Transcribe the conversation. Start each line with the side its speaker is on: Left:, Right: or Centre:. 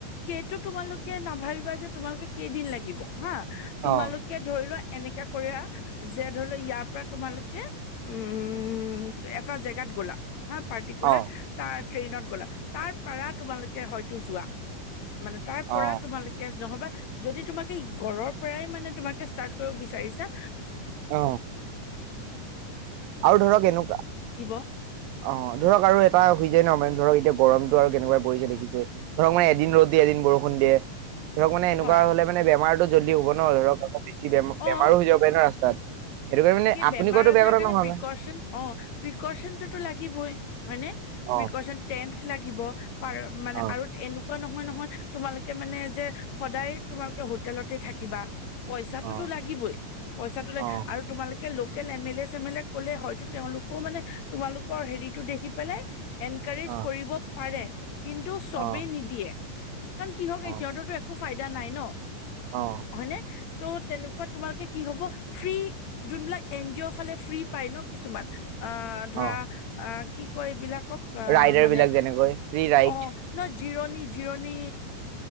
Left: সেইটো তোমালোকে নাভাবিবা যে তোমালোকে কেইদিন লাগিব হা তোমালোকে
Right: অ
Left: ধৰি লোৱা এনেককা কৰি যে ধৰি লও ইয়াৰ পৰা তোমালোকে উম এটা জেগাত গলা হা পাৰ্টিকুলাৰ
Right: অ
Left: তাৰ ট্ৰেইনত গ'লা তাৰপাৰা তোমালোকে হয়তো যোৱা মানে তাৰ
Right: অ
Left: পৰা তোমালোকে নহবা যদি তোমাকে ঘৰৰ পৰাই মানে তোমাকে ষ্টাৰ্ট কৰিব বিচাৰিছা
Right: অ আৰু ধৰক এনেকুৱা
Left: <unintelligible>
Right: অ ধৰক আৰু এটা হৈ যায় ন মানে ধৰক এতিয়া গৰমতটো আৰু কেনেকুৱা পৰিছে দেখিছে ধৰাক মানে এদিন ৰ'দ এদিন বৰষুণ দিয়ে ধৰক মানে এনেকুৱা
Left: হয়
Right: হলে মানে বেমাৰো জল্দি হব ন ধৰক আকৌ বেছি বেমাৰো
Left: অ
Right: হৈ যাব পাৰে ন ৰাস্তাত সেইটো কাৰণে মানে
Left: কি
Right: আপুনি
Left: বেমাৰ
Right: কোৱাটো
Left: আজাৰৰ
Right: বেয়া কথা
Left: কাৰণে
Right: নহয়
Left: প্ৰিকচন
Right: মানে
Left: অ প্ৰিকচনটোতো লাগিবই হয় ন
Right: অ
Left: প্ৰিকচন টেন্ লাগিব প মানে
Right: অ
Left: আৰু এনেকোৱা কোৱা নহয় নহয় তোমালোকে মানে যে সদায় তোমালোকে হোটেলতে থাকিবা পইচাতো
Right: অ
Left: লাগিবই পইচা লাগিবই
Right: অ
Left: আৰু তোমালোকে local M L A same L A কলে হয়তো তেওঁলোকেও মানে তোমালোকৰ হেৰিতো দেখি পেলাই এনকাৰেজ
Right: অ
Left: কৰিব পাৰে কিন্তু চবেই
Right: অ
Left: নিদিয়ে কাৰণ কিহক
Right: অ
Left: সিহঁতৰো একো ফাইদা নাই ন
Right: অ
Left: হয়নে ত' তেনেকুৱা তোমালোকে কি হ'ব ফ্ৰী যোনবিলাক এন জি অ' ফালে ফ্ৰী পায় ন কিছুমান অ ধৰা
Right: অ
Left: অ কি কয় এইবিলাক
Right: ৰাইডাৰ
Left: মানে
Right: বিলাক যেনেকৈ ফ্ৰী ৰাইড
Left: অ জিৰণি জিৰণি